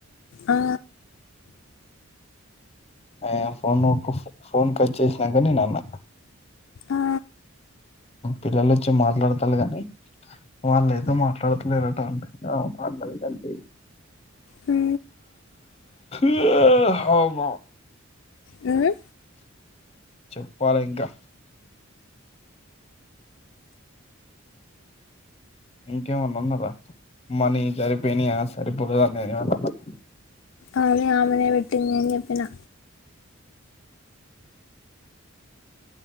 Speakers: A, on the left (about 65°); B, on the left (about 30°).
A: ఆ
B: అయ ఫోన్ ఒక ఫోన్ కట్ చేసినంక నేను అన్న
A: ఆ
B: పిల్లల వోచ్చి మాట్లాడతాల్లు గాని వాళ్ళు ఏదో మాట్లాడతలేరట అంట అవును అన్నది గంతే
A: హ్
B: ఏ హ బ
A: హ్
B: చెప్పాలే ఇంకా ఇంకేమన్నా ఆన్నారా మనీ సరిపోయినాయా సరిపోలేదా అని నేను ఏమన్నా అన్నానా
A: అవును ఆమనే పెట్టింది. అని జేప్పినా